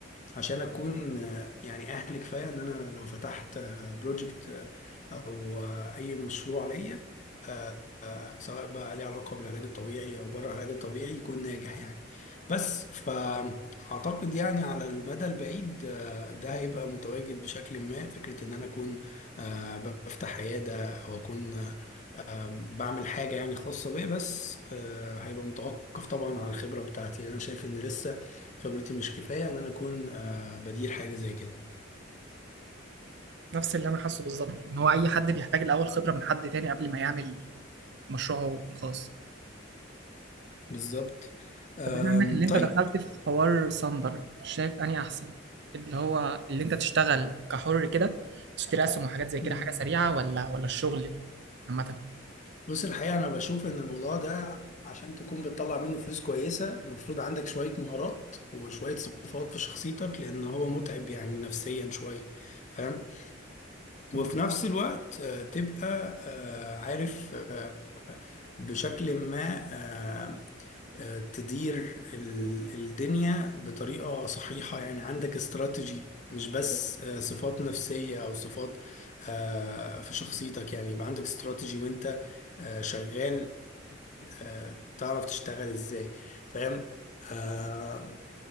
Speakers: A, on the left; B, on the right.
A: عشان اكون آه، يعني اهل كفايه ان انا لو فتحت آه، بروجكت آه، او آه، اي مشروع ليا آه، سواء بقى ليه علاقه بالعلاج الطبيعي او بره العلاج الطبيعي يكون ناجح يعني بس فاعتقد يعني على المدى البعيد آه، ده هيبقى متواجد بشكل ما فكره ان انا اكون آه، بفتح عياده او اكون آه، بعمل حاجة يعني خاصة بيا بس آه، هيبقى متوقف طبعا على الخبرة بتاعتي لأن أنا شايف إن لسه خبرتي مش كفاية إن أنا أكون آه، بدير حاجة زي كده
B: نفس اللي انا حاسه بالظبط ان هو اي حد بيحتاج الاول خبرة من حد تاني قبل ما يعمل مشروعه الخاص
A: بالظبط
B: طب
A: أم،
B: بما انك اللي
A: طيب
B: انت دخلت في حوار صندر شايف اني احسن اللي هو اللي انت تشتغل كحر كده تشتري اسهم وحاجات زي كده
A: مم.
B: حاجة سريعة ولا ولا الشغل عامة
A: بص الحقيقة أنا بشوف إن الموضوع ده عشان تكون بتطلع منه فلوس كويسة المفروض عندك شوية مهارات وشوية صفات في شخصيتك لأن هو متعب يعني نفسيا شوية فاهم
B: مم.
A: وفي نفس الوقت آه، تبقى آه، عارف آه، بشكل ما آه، آه، تدير ال- الدنيا بطريقة صحيحة يعني عندك استراتيجي مش بس آه، صفات نفسية أو صفات آه، في شخصيتك يعني يبقى عندك استراتيجي وأنت آه، شغال آه، تعرف تشتغل إزاي فاهم آه